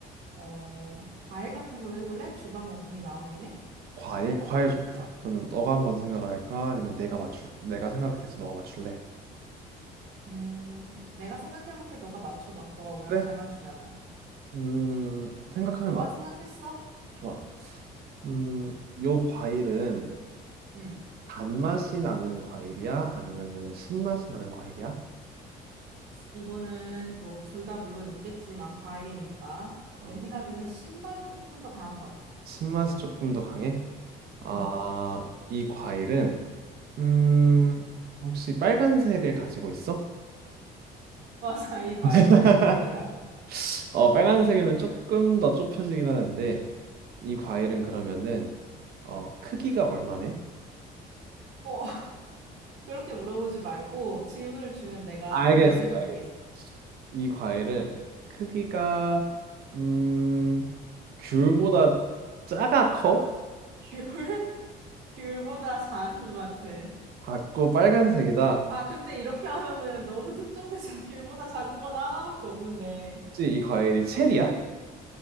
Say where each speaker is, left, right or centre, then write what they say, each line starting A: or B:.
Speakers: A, on the right; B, on the right.
A: 어, 과일 같은 걸로 해볼래? 주방용품이 나온 김에?
B: 과일, 과일 좋다. 그러면 너가 한번 생각을 할까? 아니면 내가 맞출, 내가 생각해서 너가 맞출래?
A: 음, 내가 생각해볼게. 너가 맞춰봐. 너가 워낙
B: 그래?
A: 잘 맞추잖아.
B: 음, 생각하면
A: 좋아,
B: 말해.
A: 생각했어?
B: 좋아. 음, 요 과일은
A: 응.
B: 단맛이 나는 과일이야? 아니면은 신맛이 나는 과일이야?
A: 이거는 뭐 둘 다 물론 있겠지만 과일이니까
B: 어,
A: 내 생각에는 신맛이 조금 더 강한 것 같아.
B: 신맛이 조금 더 강해? 아,
A: 응.
B: 이 과일은 음, 혹시 빨간색을 가지고 있어?
A: <laughs> 맞아, 이 과일
B: <laughs>
A: 빨간색이야.
B: 어, 빨간색이면 조금 더 좁혀지긴 하는데 이 과일은 그러면은 어, 크기가 얼마네?
A: 어, <laughs> 그렇게 물어보지 말고 질문을 주면 내가
B: 알겠어,
A: 대답을 해줄게.
B: 알겠어. 이 과일은 크기가 음 귤보다 작아 커?
A: 귤? <laughs> 귤보다 작은 것 같아.
B: 작고 빨간색이다.
A: 아, 근데 이렇게 하면은 너무 특정대장 귤보다 <laughs> 작은 거는 하나밖에 없는데.
B: 혹시 이 과일이 체리야?